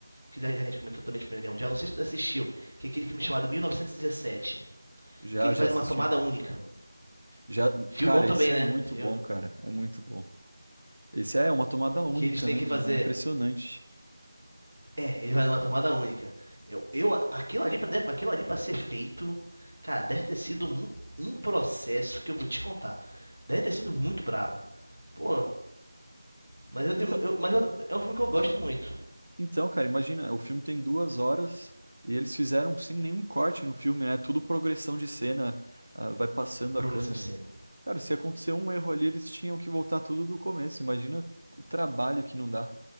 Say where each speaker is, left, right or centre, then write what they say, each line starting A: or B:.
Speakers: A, on the right; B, on the right.
A: Que já que a gente comentou também de Primeira Guerra Mundial, não sei se tu assistiu, que é aquele filme chamado 1917.
B: Já,
A: Que ele
B: já
A: vai
B: assisti.
A: numa tomada única.
B: Já,
A: Filmão
B: cara,
A: também,
B: esse é
A: né?
B: muito
A: Viu?
B: bom, cara. É muito bom. Esse é uma tomada única,
A: Que eles têm
B: né,
A: que
B: mano?
A: fazer.
B: É impressionante.
A: É, ele vai numa tomada única. Eu, eu, aquilo ali pra, deve- aquilo ali pra ser feito, cara, deve ter sido um, um processo que eu vou te contar. Deve ter sido muito brabo. Pô, mas eu
B: Então,
A: tenho, mu- eu- mas eu- é um filme que eu gosto muito.
B: então, cara, imagina, o filme tem duas horas e eles fizeram sem nenhum corte no filme, né? Tudo progressão de cena, ah, vai passando
A: Progressão
B: a câmera.
A: de cena.
B: Cara, se acontecer um erro ali, eles tinham que voltar tudo do começo. Imagina o trabalho que não dá.